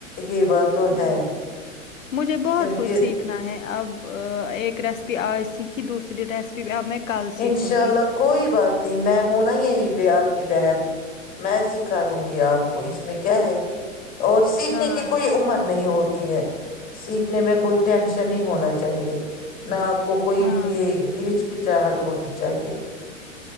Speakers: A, on the left (about 20°); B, on the left (about 70°).
A: یہ بات تو
B: ہاں
A: ہے
B: مجھے بہت
A: کیونکہ
B: کچھ سیکھنا ہے اب ایک ریسیپی آج سیکھی دوسری ریسیپی بھی اب میں کل سیکھوں
A: انشاء
B: گی
A: اللہ کوئی بات نہیں میں ہوںنا یہیں پہ آپ کی بہن میں سکھا دوں گی آپ کو اس میں کیا ہے اور سیکھنے
B: ہاں
A: کی کوئی عمر نہیں ہوتی سیکھنے میں کوئی ٹینشن نہیں ہونا چاہیے نہ آ کو کوئی
B: ہاں
A: یہ ایچ کیچاہ وہ نیچاہ یہ